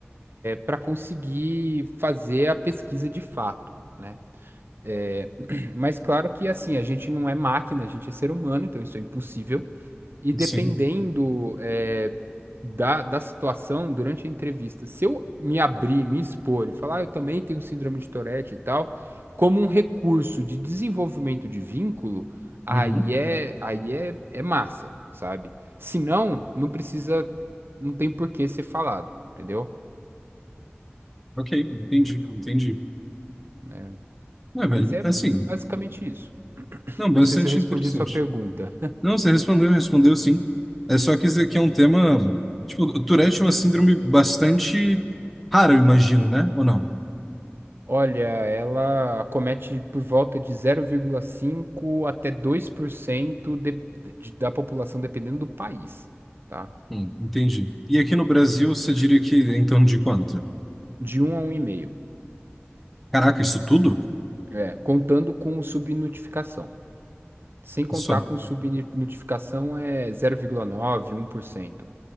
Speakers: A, on the right; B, in the centre.
A: para conseguir fazer a pesquisa de fato. né? É, <clears throat> mas claro que assim, a gente não é máquina, a gente é ser humano, então isso é impossível. E dependendo
B: sim.
A: é, da, da situação, durante a entrevista, se eu me abrir, me expor e falar, "Ah, eu também tenho síndrome de Tourette e tal, como um recurso de desenvolvimento de vínculo, aí
B: Uhum.
A: é, aí é, é massa, sabe? Se não, não precisa, não tem por que ser falado, entendeu?
B: Ok, entendi, entendi.
A: Né?
B: Não,
A: mas
B: velho,
A: é
B: assim,
A: é basicamente isso.
B: não,
A: Não
B: bastante
A: sei se eu respondi
B: interessante.
A: a sua pergunta.
B: Não, você respondeu, respondeu sim. É só que isso aqui é um tema, tipo, o Tourette é uma síndrome bastante rara, eu imagino, né? Ou não?
A: Olha, ela acomete por volta de 0,5 até 2% de, de, da população, dependendo do país, tá?
B: Hum, entendi. E aqui no Brasil, você diria que é em torno de quanto?
A: De um a um 1,5,
B: Caraca, isso tudo?
A: é, contando com subnotificação. Sem contar
B: Só,
A: com subnotificação é 0,9, 1%.